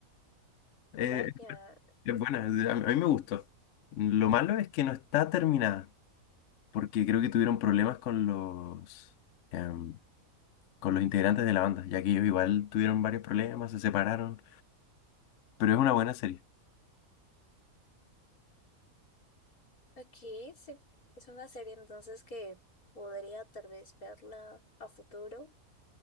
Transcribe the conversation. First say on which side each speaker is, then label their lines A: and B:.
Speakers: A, on the left; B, on the left.
A: Eh,
B: Vaya,
A: es buena, es- a mí, a mí me gustó. Lo malo es que no está terminada, porque creo que tuvieron problemas con los... em, con los integrantes de la banda, ya que ellos igual tuvieron varios problemas, se separaron, pero es una buena serie.
B: aquí se- es una serie entonces que podría tal vez verla a futuro.